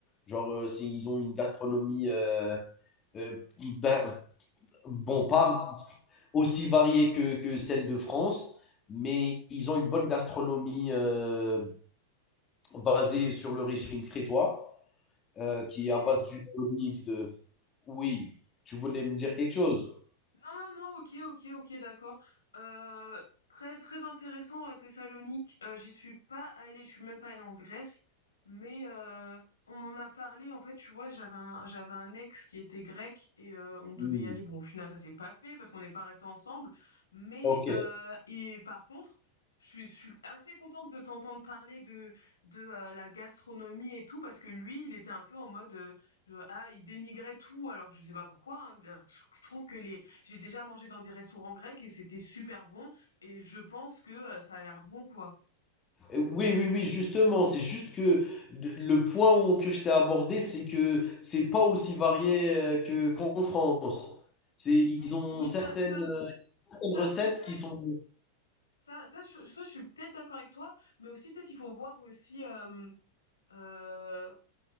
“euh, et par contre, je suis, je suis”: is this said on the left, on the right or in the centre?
Left